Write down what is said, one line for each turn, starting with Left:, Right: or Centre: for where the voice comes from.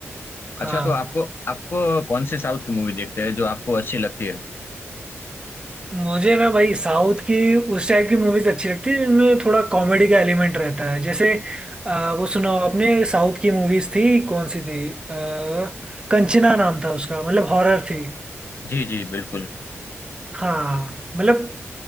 Right: हाँ
Left: अच्छा तो आपको आपको कौन सी साउथ की मूवी देखते हैं जो आपको अच्छी लगती है
Right: मुझे ना भाई साउथ की उस टाइप की मूवीज अच्छी लगती है जिनमें थोड़ा कॉमेडी का एलिमेंट रहता है जैसे अ, वो सुनाओ अपने साउथ की मूवीज थी कौन सी थी आ, कंचना नाम था उसका मतलब हॉरर थी
Left: जी जी बिल्कुल
Right: हाँ मतलब